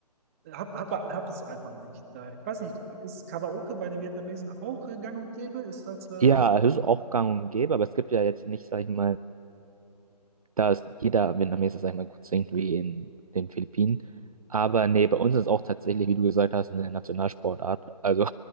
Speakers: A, on the right; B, on the right.
A: hab, hab, hab es einfach nicht. Da, ich weiß nicht, ist Karaoke bei den Vietnamesen auch äh, gang und gäbe? Ist das. Äh,
B: Ja, es ist auch gang und gäbe, aber es gibt ja jetzt nicht, sag ich mal, Da ist jeder Vietnameser, sag ich mal, gut singt wie in den Philippinen. Aber nee, bei uns ist es auch tatsächlich, wie du gesagt hast, eine Nationalsportart. Also